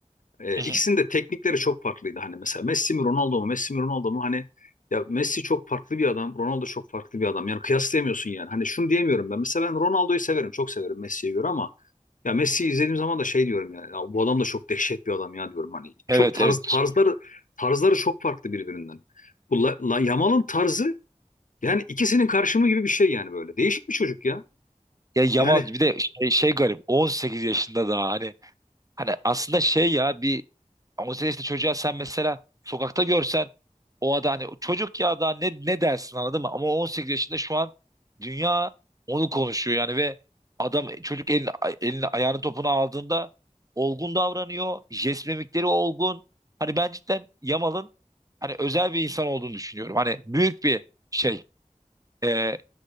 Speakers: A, on the left; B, on the right.
A: E,
B: Hı
A: ikisinin
B: hı.
A: de teknikleri çok farklıydı. Hani mesela Messi mi Ronaldo mu? Messi mi Ronaldo mu? Hani ya Messi çok farklı bir adam. Ronaldo çok farklı bir adam. Yani kıyaslayamıyorsun yani. Hani şunu diyemiyorum ben. Mesela ben Ronaldo'yu severim. Çok severim Messi'ye göre ama ya Messi'yi izlediğim zaman da şey diyorum yani. Ya bu adam da çok dehşet bir adam ya diyorum. Hani
B: Evet
A: çok tarz
B: evet.
A: tarzları tarzları çok farklı birbirinden. Bu La- La- Yamal'ın tarzı yani ikisinin karşımı gibi bir şey yani böyle. Değişik bir çocuk ya.
B: Ya Yamal
A: Yani
B: bir de şey, şey garip on sekiz yaşında daha hani hani aslında şey ya bir Ama o işte çocuğa sen mesela sokakta görsen o adam hani çocuk ya da ne ne dersin anladın mı? Ama 18 yaşında şu an dünya onu konuşuyor yani ve adam çocuk elini, elini ayağını topuna aldığında olgun davranıyor. Jest mimikleri olgun. Hani ben cidden Yamal'ın hani özel bir insan olduğunu düşünüyorum. Hani büyük bir şey. Ee,